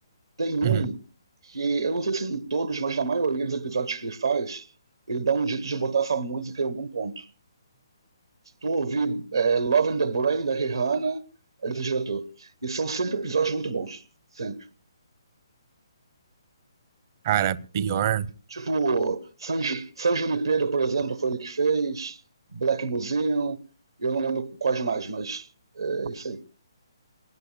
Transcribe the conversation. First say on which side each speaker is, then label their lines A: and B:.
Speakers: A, on the right (about 75°); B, on the right (about 40°).
A: Tem um
B: Uhum.
A: que, eu não sei se em todos, mas na maioria dos episódios que ele faz, ele dá um jeito de botar essa música em algum ponto. Se tu ouvir é, Love in the Brain, da Rihanna, é desse diretor. E são sempre episódios muito bons, sempre.
B: Cara, pior.
A: Tipo, San, Ju- San Junipero, por exemplo, foi ele que fez, Black Museum, eu não lembro quais mais, mas é isso aí.